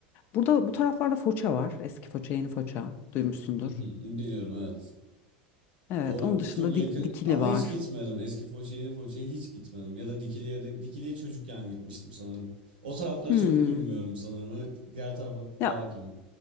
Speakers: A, on the left; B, on the right.
A: burada bu taraflarda Foça var. Eski Foça, yeni Foça duymuşsundur.
B: mhm. Biliyorum evet.
A: Evet,
B: Or
A: onun dışında
B: çok
A: Dik-
B: yakın
A: Dikili
B: ama
A: var.
B: hiç gitmedim. Eski Foça, yeni Foça'ya hiç gitmedim. Ya da Dikili'ye de Dikili'ye çocukken gitmiştim sanırım. O tarafları
A: Hmm.
B: çok bilmiyorum sanırım. Evet, diğer tarafa
A: Ya
B: daha hakim.